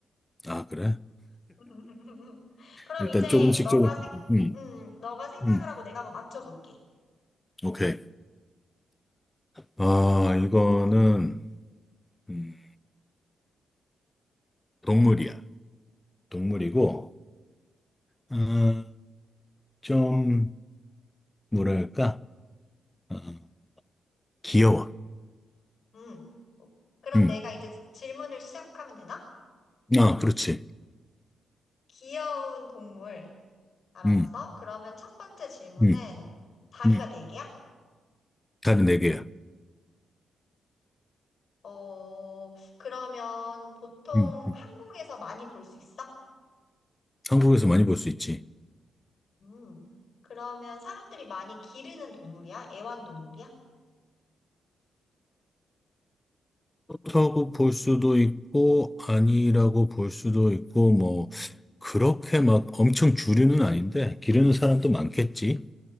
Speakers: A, on the left; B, on the left.
A: 아, 그래?
B: <laughs> 그럼
A: 일단
B: 이제
A: 조금씩
B: 너가
A: 조금씩.
B: 생,
A: 음.
B: 음, 너가 생각을
A: 음.
B: 하고 내가 한번 맞춰볼게.
A: 오케이. 아, 이거는 음, 동물이야. 동물이고 아, 좀 뭐랄까? 아, 귀여워.
B: 음. 그럼
A: 음.
B: 내가 이제 질문을 시작하면 되나?
A: 아, 그렇지.
B: 귀여운 동물. 알았어.
A: 음.
B: 그러면 첫 번째 질문은
A: 음.
B: 다리가
A: 음.
B: 네 개야?
A: 다리 네 개야.
B: 어, 그러면 보통
A: 음. 음.
B: 한국에서 많이 볼 수 있어?
A: 한국에서 많이 볼 수 있지.
B: 음. 그러면 사람들이 많이 기르는 동물이야? 애완동물이야?
A: 그렇다고 볼 수도 있고, 아니라고 볼 수도 있고, 뭐, 그렇게 막 엄청 주류는 아닌데, 기르는 사람도 많겠지.